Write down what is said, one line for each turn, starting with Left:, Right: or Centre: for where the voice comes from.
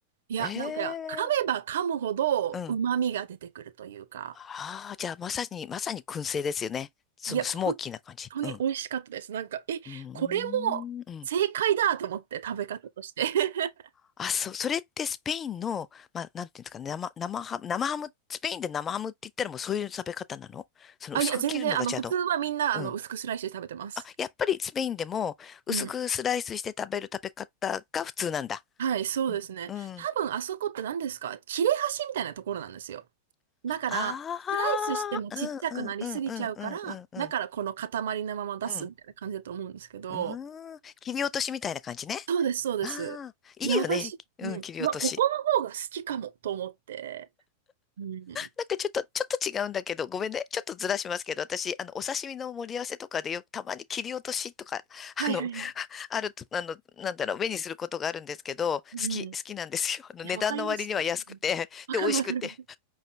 Right: いや、
Left: え
Right: だから噛めば噛むほど旨味が出てくるというか、
Left: え、うん。ああ、じゃあまさに、まさに燻製ですよね。ス、
Right: いや、
Left: スモーキーな感じ。
Right: 本当に美味しかったです。
Left: うん。
Right: なんか、え、
Left: うーん。
Right: これも正解だと思って食べ方として。
Left: うん。
Right: <laughs>
Left: あ、そ、それってスペインの、まあ、なんていうんですかね、生、生ハム、生ハム、スペインで生ハムって言ったらもうそういう食べ方なのその薄く切るのがじゃあの、
Right: あ、いや、全然、あの、普通はみんな、
Left: うん。
Right: あの、薄くスライスで食べてます。
Left: あ、やっぱりスペインでも薄くスライスして食べる食べ方が普通なんだ。
Right: うん。はい、そうですね。
Left: うんうん。
Right: 多分あそこって何ですか切れ端みたいなところなんですよ。だから、
Left: ああ、
Right: スライスしてもちっちゃくなりすぎちゃうから、
Left: うんうんうんうんうんうんうん
Right: だからこの塊のまま出すみたいな感じだと思うんですけど、
Left: うん。うん。うーん。切り落としみたいな感じね。
Right: そうです、そうです。
Left: ああ、いいよね。
Right: いや、私、
Left: うん、
Right: うん、
Left: 切り落とし。
Right: うわ、ここの方が好きかもと思って。うん。
Left: なんかちょっと、ちょっと違うんだけど、ごめんね。ちょっとずらしますけど、私、あの、お刺身の盛り合わせとかでよくたまに切り落としとか、<laughs>
Right: はいはいはい。
Left: あの、<laughs> あると、あの、なんだろう、目にすることがあるんですけど、好き、
Right: うん。
Left: 好きなんですよ。
Right: い
Left: あの、
Right: や、
Left: 値段の割には安くて、
Right: わかります。うん、わかるわかるわかる。
Left: で、美味しくて。